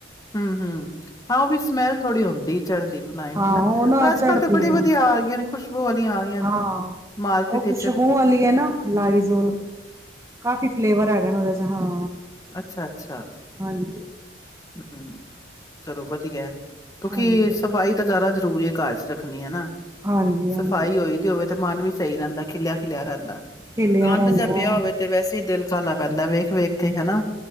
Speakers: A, on the left (about 20°); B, on the right (about 15°).
A: ਹੂੰ-ਹੂੰ ਹਾਂ ਉਹ ਵੀ ਸਮੈਲ ਥੋੜ੍ਹੀ ਹੁੰਦੀ। ਚੜ੍ਹਦੀ ਫਿਨਾਇਲ
B: ਹਾਂ
A: ਨਾ,
B: ਉਹ
A: ਪਰ ਅੱਜ-ਕੱਲ੍ਹ
B: ਚੜ੍ਹਦੀ
A: ਤਾਂ ਬੜੀ
B: ਹੈ
A: ਵਧੀਆ ਆ ਗਈਆਂ ਨੇ। ਖੁਸ਼ਬੂ ਵਾਲੀਆਂ ਆ ਗਈਆਂ
B: ਹਾਂ
A: ਮਾਰਕੀਟ
B: ਉਹ
A: ਵਿੱਚ
B: ਖੁਸ਼ਬੂ ਵਾਲੀ ਹੈ ਨਾ ਲਾਈਜ਼ੋਲ, ਕਾਫ਼ੀ ਫਲੇਵਰ ਹੈਗਾ ਨਾ ਉਹਦੇ ਚ। ਹਾਂ
A: ਅੱਛਾ-ਅੱਛਾ
B: ਹਾਂਜੀ
A: ਹੂੰ ਚਲੋ ਵਧੀਆ ਕਿਉਂਕਿ
B: ਹਾਂਜੀ
A: ਸਫਾਈ ਤਾਂ ਜ਼ਿਆਦਾ ਜ਼ਰੂਰੀ ਹੈ ਘਰ ਚ ਰੱਖਣੀ ਹੈ ਨਾ,
B: ਹਾਂਜੀ
A: ਸਫਾਈ
B: ਹਾਂਜੀ
A: ਹੋਈ ਦੀ ਹੋਵੇ ਤੇ ਮਨ ਵੀ ਸਹੀ ਰਹਿੰਦਾ ਖਿਲਿਆ-ਖਿਲਿਆ ਰਹਿੰਦਾ।
B: ਖਿਲਿਆ
A: ਗੰਦ
B: ਰਹਿੰਦਾ
A: ਜਾਂ ਪਿਆ ਹੋਵੇ ਤੇ ਵੈਸੇ ਹੀ ਦਿਲ <unintelligible> ਵੇਖ ਕੇ ਹਨਾ